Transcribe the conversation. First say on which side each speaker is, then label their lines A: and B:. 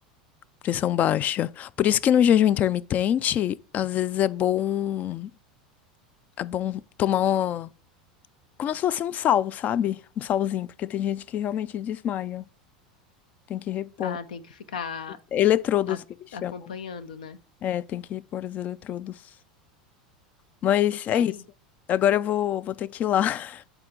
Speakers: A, on the left; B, on the left.
A: pressão baixa. Por isso que no jejum intermitente, às vezes é bom, é bom tomar Como se fosse um sal, sabe? Um salzinho, porque tem gente que realmente desmaia. Tem que repor.
B: Ah, tem que ficar
A: Eletrodos
B: a-
A: que eles chamam.
B: acompanhando, né?
A: É, tem que repor os eletrodos. Mas
B: Pois
A: é
B: tá
A: isso.
B: aí.
A: Agora eu vou, vou ter que ir lá. <laughs>